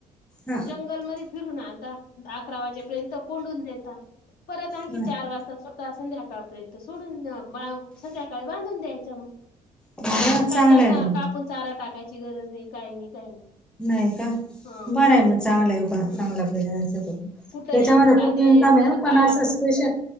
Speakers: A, in the centre; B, on the left (about 50°).
A: हा
B: जंगलमध्ये फिरून आता, अकरा वाजेपर्यंत कोंडून देता परत आणखीन,
A: ह
B: की चार वाजता संध्याकाळपर्यंत सोडून बाम संध्याकाळी बांधून द्यायच मग,
A: अरे वा चांगलं
B: काही त्यांना
A: आहे ना मग
B: का पण चारा टाकायची गरज नाही, काय नाही, काय नाही
A: नाही का,
B: हा
A: बरंय मग चांगलं आहे का
B: हम्म
A: चांगला <unintelligible>
B: कुठही
A: त्येच्यामध्ये
B: असं कांदे
A: खूप इन्कम
B: जर
A: हाय, पण
B: का
A: असं स्पेशल